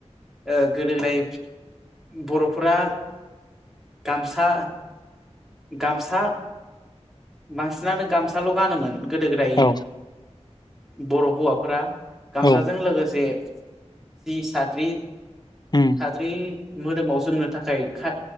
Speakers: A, in the centre; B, on the left (about 40°).
A: ओ गोदो गोदाय बर'फोरा गामसा गामसा बांसिनानो गामसाल' गानोमोन। गोदो गोदाय
B: औ
A: बर' हौवाफोरा गामसाजों
B: औ
A: लोगोसे जि साद्रि
B: उम
A: साद्रि मोदोमाव जोमनो थाखाय खाय